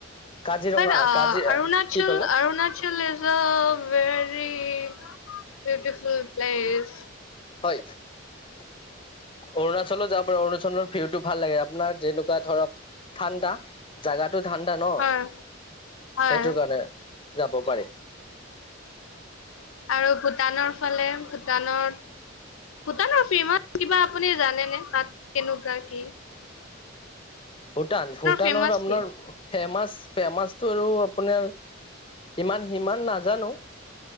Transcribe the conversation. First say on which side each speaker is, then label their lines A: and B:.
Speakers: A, on the left (about 25°); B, on the left (about 85°).
A: কাজিৰঙা
B: অঁ
A: কাজি
B: অৰুণাচল
A: কি ক'লে
B: Arunachal is a very very beautiful place.
A: হয়। অৰুণাচলো যাব পাৰো, অৰুণাচলৰ ভিউতটো ভাল লাগে। আপোনাৰ যেনেকুৱা ধৰক ঠাণ্ডা জাগাত টো ঠাণ্ডা ন?
B: হয় হয়
A: সেইটো কাৰণে। যাব পাৰে।
B: আৰু ভূটানৰ ফালে ভূটানত ভূটানৰ ফেমাচ কিবা আপুনি জানেনে তাত কেনেকুৱা কি?
A: ভূটান, ভূটানৰ
B: ফেমাচ
A: আপোনাৰ
B: কি
A: ফেমাচ ফেমাচ আৰু আপোনাৰ ইমান সিমান নাজানো।